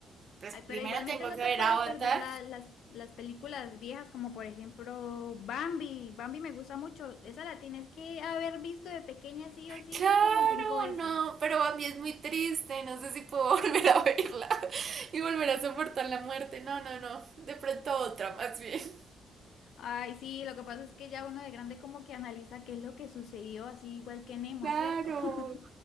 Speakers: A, on the right; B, on the left.
A: pues
B: Ay,
A: primero
B: pero igualmente
A: tengo
B: no
A: que
B: te
A: ver
B: puedes
A: Avatar
B: perder la- las, las películas viejas, como por ejemplo Bambi. Bambi me gusta mucho. Esa la tienes que haber visto de pequeña sí o sí
A: Claro,
B: como cinco veces.
A: no, pero a mí es muy triste, no sé si puedo <laughs> volver a verla y volver a soportar la muerte, no, no, no, de pronto otra más bien.
B: Ay, sí, lo que pasa es que ya uno de grande como que analiza qué es lo que sucedió, así igual que Nemo,
A: Claro.
B: ¿cierto? <laughs>